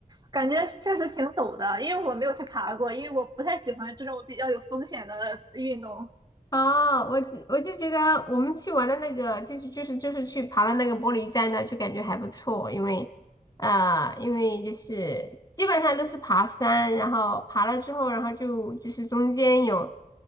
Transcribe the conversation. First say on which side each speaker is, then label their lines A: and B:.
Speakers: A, on the right (about 25°); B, on the left (about 25°).
A: 感觉确实挺陡的，因为我没有去爬过，因为我不太喜欢这种比较有风险的运动。
B: 哦，我只我就觉得我们去玩的那个，就是就是就是去爬的那个玻璃栈道，就感觉还不错，因为啊、因为就是基本上都是爬山，然后爬了之后，然后就就是中间有